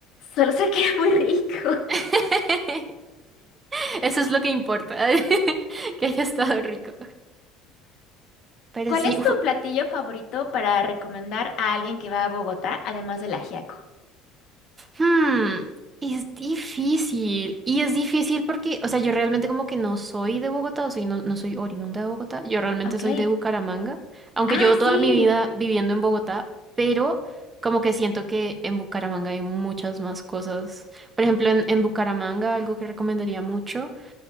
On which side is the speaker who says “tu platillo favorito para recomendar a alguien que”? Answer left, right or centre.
Left